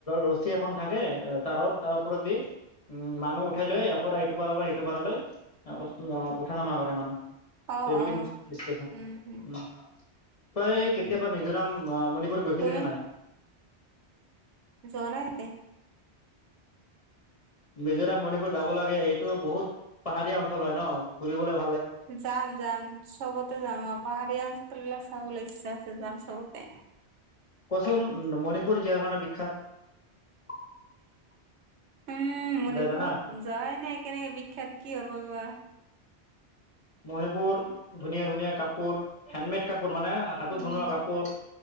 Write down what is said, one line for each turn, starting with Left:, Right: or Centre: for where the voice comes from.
Left: ৰছী এখন থাকে তাৰৰ তাৰ ওপৰত দি উম মানুহ উঠাই লৈ ইয়াৰ পৰা ইটো পাৰৰ পৰা ইটোপাৰলৈ উঠা নমা কৰে মানুহ <unintelligible>
Right: অ
Left: টেবেলিং
Right: অ
Left: ডকাচ <unintelligible>
Right: উম উম
Left: এই কেতিয়াবা
Right: উম
Left: মিজোৰাম মণিপুৰত গৈছিলি
Right: তুমি
Left: নে নাই
Right: যোৱা নাই এতে
Left: মিজোৰাম মণিপুৰ যাব লাগে এইটো বহুত পাহাৰীয়া অঞ্চল হয় ন ফুৰিবলে
Right: যাম যাম চবতে যাম আৰু পাহাৰীয়া অঞ্চল বিলাক চাবলৈ ইচ্ছা আছে যাম। সবতে
Left: কচোন মণিপুৰ কিহৰ কাৰণে বিখ্যাত
Right: উম মণিপুৰত
Left: যাই জানা
Right: যাই নে কেনেকে বিখ্যাত কি হৰ পাবা
Left: মণিপুৰ ধুনীয়া ধুনীয়া কাপোৰ হেণ্ডমেড কাপোৰ মণিপুৰ মানে হাতত
Right: উম
Left: বনোৱা কাপোৰ